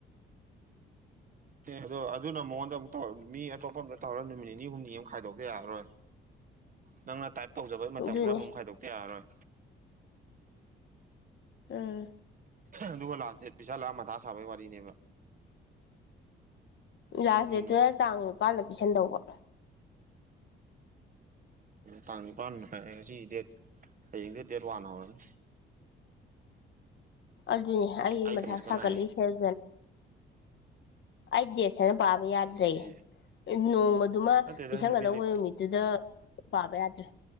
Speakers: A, on the right; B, on the left.
A: ꯑꯦ ꯑꯗꯣ ꯑꯗꯨꯅ ꯃꯉꯣꯟꯗ ꯑꯃꯨꯛꯧ ꯃꯤ ꯑꯇꯣꯞꯄ ꯑꯃꯝꯇ ꯇꯧꯔꯒ ꯅꯨꯃꯤꯠ ꯅꯤꯅꯤ ꯍꯨꯝꯅꯤ ꯑꯃ ꯈꯥꯏꯗꯣꯛꯇ ꯌꯥꯔꯔꯣꯏ
B: <unintelligible>
A: ꯅꯪꯅ ꯇꯥꯏꯞ ꯇꯧꯖꯕꯩ ꯃꯇꯝ
B: ꯑꯗꯨꯅꯤ
A: ꯈꯔꯃꯨꯛ ꯈꯥꯏꯗꯣꯛꯇ ꯌꯥꯔꯔꯣꯏ
B: ꯎꯝ
A: ꯑꯗꯨꯒ ꯂꯥꯁ ꯗꯦꯠ ꯄꯩꯁꯥ ꯂꯥꯛꯑ ꯃꯊꯥ ꯁꯥꯕꯒꯤ ꯋꯥꯔꯤꯅꯦꯕ
B: ꯂꯥꯁ
A: ꯅꯣꯛꯅꯤꯡꯉꯤ
B: ꯗꯦ ꯇꯨꯌꯦꯜ ꯇꯥꯡ ꯅꯤꯄꯥꯟꯗ ꯄꯤꯤꯁꯟꯗꯧꯕ
A: ꯇꯥꯡ ꯅꯤꯄꯥꯟ ꯃꯈꯥꯏ ꯉꯁꯤ ꯗꯦꯠ ꯍꯌꯦꯡꯗ ꯗꯦꯠ ꯋꯥꯟ ꯍꯧꯔꯅꯤ
B: ꯑꯗꯨꯅꯤ ꯑꯩ
A: ꯑꯩꯠ
B: ꯃꯊ
A: ꯗꯦꯖꯀ
B: ꯁꯥꯒꯠꯂꯤꯁꯦꯖꯅ
A: ꯉꯥꯏꯔꯦ
B: ꯑꯩ ꯗꯦꯁ ꯁꯥꯏꯅ ꯄꯥꯕ ꯌꯥꯗ꯭ꯔꯦ
A: ꯑꯗꯨꯗꯤ
B: ꯅꯣꯡꯃꯗꯨꯃ
A: ꯅꯠꯇꯦꯗ
B: ꯄꯤꯁꯪꯒꯗꯧꯕ
A: ꯅꯨꯃꯤꯠ ꯅꯤ
B: ꯅꯨꯃꯤꯠꯇꯨꯗ ꯄꯥꯕꯦ ꯑꯖ